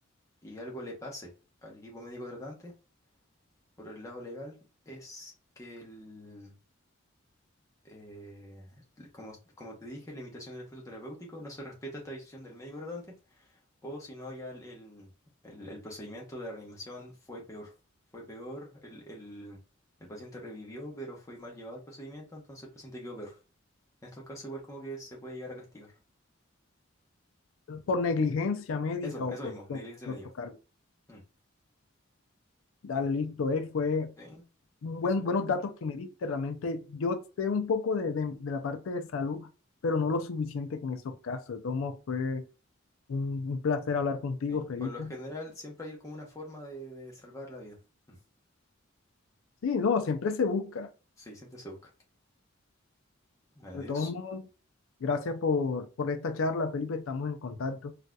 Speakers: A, on the left; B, on the left.
A: y algo le pase al equipo médico tratante, por el lado legal, es que el, eh, como, como te dije, la limitación del esfuerzo terapéutico no se respeta esta decisión del médico tratante, o si no, ya el, el- el- el procedimiento de reanimación fue peor. Fue peor, el, el- el paciente revivió, pero fue mal llevado el procedimiento, entonces el paciente quedó peor. En estos casos, igual como que se puede llegar a castigar.
B: Por negligencia médica
A: Eso, eso
B: o por
A: mismo,
B: otro,
A: negligencia
B: por
A: médica.
B: otro cargo.
A: Mm.
B: Dale, listo, eh, fue
A: Sí,
B: un buen,
A: eso
B: buenos
A: por lo general.
B: datos que me diste, realmente. Yo sé un poco de, de, de la parte de salud, pero no lo suficiente que en esos casos. De todos modos, fue un, un placer hablar contigo,
A: Sí,
B: Felipe.
A: por lo general siempre hay como una forma de, de salvar la vida. Mm.
B: Sí, no, siempre se busca.
A: Sí, siempre se busca. Vale,
B: De
A: adiós.
B: todos modos, gracias por, por esta charla, Felipe, estamos en contacto.